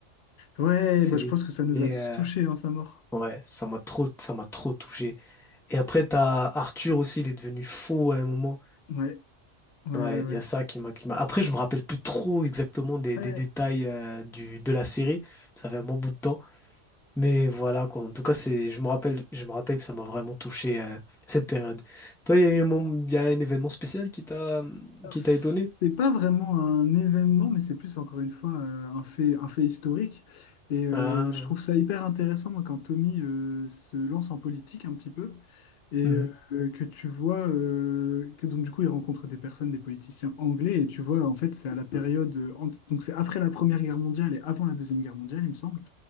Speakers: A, on the left (about 60°); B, in the centre.
A: Ouais,
B: S'est
A: bah, je
B: fait
A: pense que ça nous
B: tuer.
A: a tous
B: euh,
A: touchés, hein, sa mort.
B: Ouais, ça m'a trop, ça m'a trop touché. Et après, t'as Arthur aussi, il est devenu fou à un moment.
A: Ouais, ouais,
B: Ouais,
A: ouais,
B: il
A: ouais.
B: y a ça qui m'a, qui m'a. Après, je me rappelle plus trop exactement des,
A: Ouais,
B: des détails euh, du, de la série. Ça fait un bon bout de temps. Mais voilà, quoi. En tout cas, c'est, je me rappelle, je me rappelle que ça m'a vraiment touché euh, cette période. Toi, il y a eu un moment, il y a un événement spécial qui t'a, qui
A: C'est
B: t'a étonné?
A: pas vraiment un événement, mais c'est plus encore une fois euh, un fait, un fait historique. Et euh,
B: Ah,
A: je trouve ça hyper intéressant, moi, quand Tommy euh, se lance en politique un petit peu, et
B: mhm,
A: euh, que tu vois euh, que donc du coup il rencontre des personnes, des politiciens anglais, et tu vois en fait c'est à la période, euh, ant- donc c'est après la Première Guerre mondiale et avant la Deuxième Guerre mondiale, il me semble.